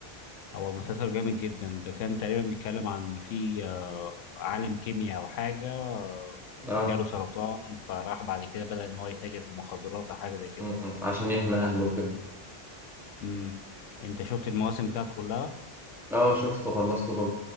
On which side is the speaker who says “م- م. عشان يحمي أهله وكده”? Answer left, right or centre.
Centre